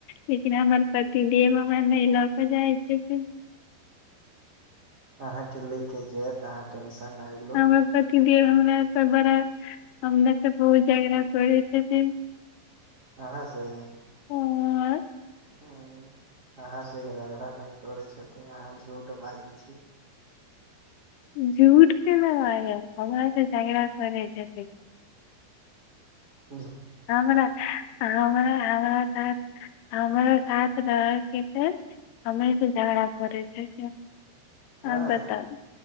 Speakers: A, on the left; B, on the right.
A: लेकिन हमर पति देव हमरा नहि लऽ के जाइ छथिन
B: अहाँके ले कऽ जायत अहाँ टेंशन नाय लू
A: हमर हमरा त बड़ा हमरा से बहुत झगड़ा करै छथिन
B: आहाॅं से
A: और
B: ह अहाँ से झगड़ा नहि करै छथिन अहाँ झूठ बाजै छी
A: झूठ के नहि बाज हमरा तऽ झगड़ा करै छथिन
B: ह
A: हमरा हमरा हमरा हमरा साथ रहैके छै हमरे से भी झगड़ा करै छथिन
B: हँ
A: ह बताउ